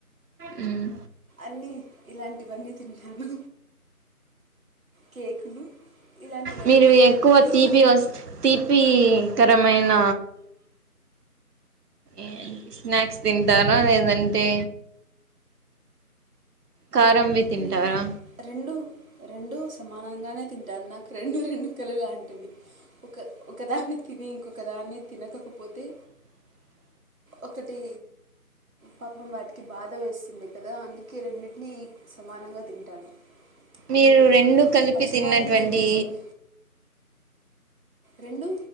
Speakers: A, on the right (about 85°); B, on the right (about 65°).
A: హ్మ్
B: అన్నీ ఇలాంటివన్నీ తింటాను కేకులు ఇలాంటివన్నీ
A: మీరు
B: తింటాను
A: ఎక్కువ
B: మీకు
A: తీపి వస్త తీపి ఇ కరమైన ఏటి స్నాక్స్ తింటాన లేదంటే కారంవి తింటారా
B: నేను రెండు రెండు సమానంగానే తింటాను నాకు రెండు రెండు ముక్కలు లాంటివి ఒక ఒకదాన్ని తిని ఇంకొకదాన్ని తినకకపోతే
A: <inaudible>
B: ఒకటి పాపం వాటికి బాధ వేస్తుంది కదా అందుకే రెండింటినీ సమానంగా తింటాను
A: మీరు
B: నేను
A: రెండు కలిపి
B: పక్షపాతం
A: తిన్నటువంటి
B: చూపించను రెండు